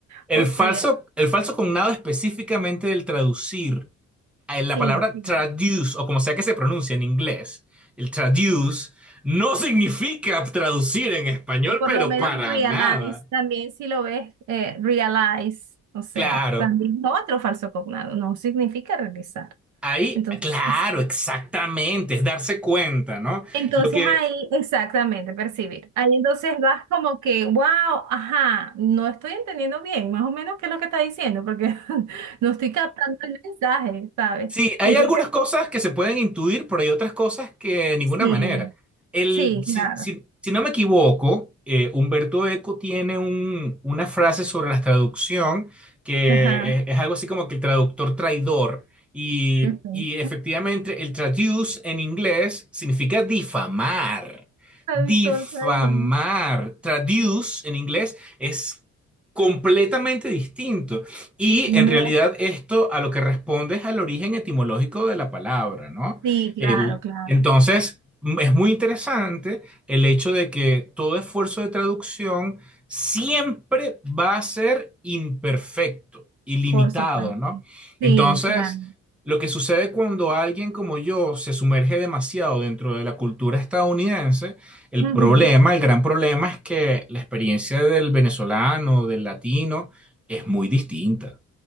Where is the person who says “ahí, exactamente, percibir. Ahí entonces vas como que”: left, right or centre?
Right